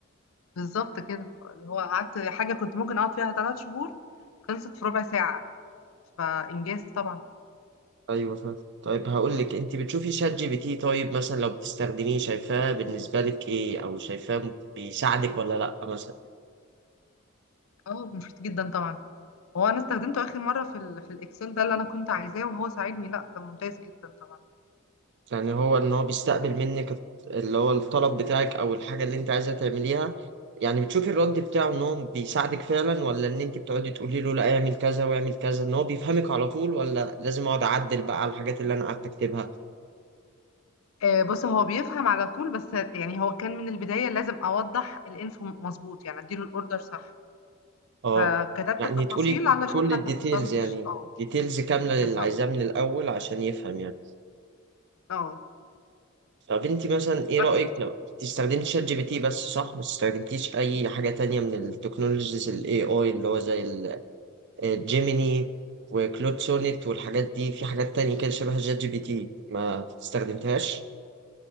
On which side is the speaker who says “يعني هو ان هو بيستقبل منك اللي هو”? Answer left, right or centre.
Right